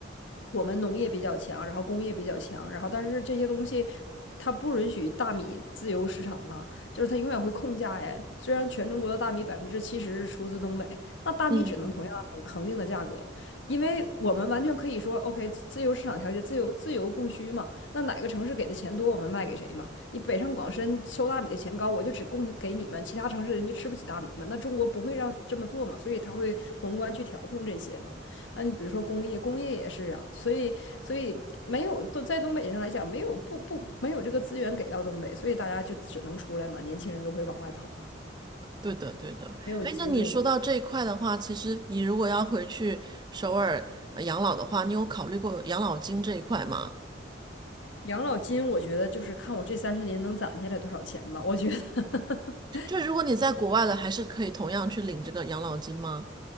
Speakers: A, on the left; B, on the right.
A: 我们农业比较强，然后工业比较强，然后但是这些东西。它不允许大米自由市场啊，就是它永远会控价呀。虽然全中国的大米百分之七十是出自东北，那大米只能同样恒恒定的价格，
B: 嗯，
A: 因为我们完全可以说，OK，自由市场调节，自由自由供需嘛。那哪个城市给的钱多，我们卖给谁嘛？你北上广深收大米的钱高，我就只供给你们，其他城市的人就吃不起大米嘛。那中国不会让这么做嘛，所以他会宏观去调控这些嘛。那你比如说工业，工业也是啊，所以所以没有都在东北上来讲，没有不不没有这个资源给到东北，所以大家就只能出来嘛，年轻人都会往外跑嘛。
B: 对的，对的。
A: 没有机会嘛。
B: 哎，那你说到这一块的话，其实你如果要回去首尔呃养老的话，你有考虑过养老金这一块吗？
A: 养老金，我觉得就是看我这三十年能攒下来多少钱嘛，我觉得。<laughs>
B: 就是如果你在国外了，还是可以同样去领这个养老金吗？